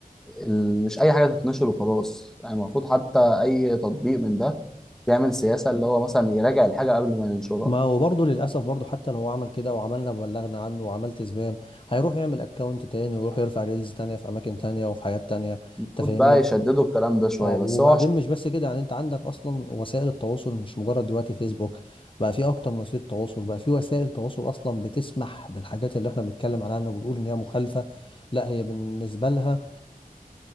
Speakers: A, in the centre; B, on the left.
A: ال... مش أي حاجة تتنشر وخلاص يعني المفروض حتى أي تطبيق من ده يعمل سياسة اللي هو مثلا يراجع الحاجة قبل ما ينشرها
B: ما هو برضه للأسف برضه حتى لو هو عمل كده وعملنا بلغنا عنه وعملت سبام هيروح يعمل اكونت تاني ويروح يرفع ريلز تانية في أماكن تانية وفي حاجات تانية
A: المفروض
B: أنت فاهمني؟
A: بقى يشددوا الكلام ده شوية
B: اه وبعدين
A: بس هو عشان
B: مش بس كده يعني أنت عندك أصلا وسائل التواصل مش مجرد دلوقتي فيسبوك بقى في أكتر من وسيلة تواصل بقى في وسائل تواصل أصلا بتسمح بالحاجات اللي إحنا بنتكلم عنها وبنقول إن هي مخالفة لا هي بالنسبة لها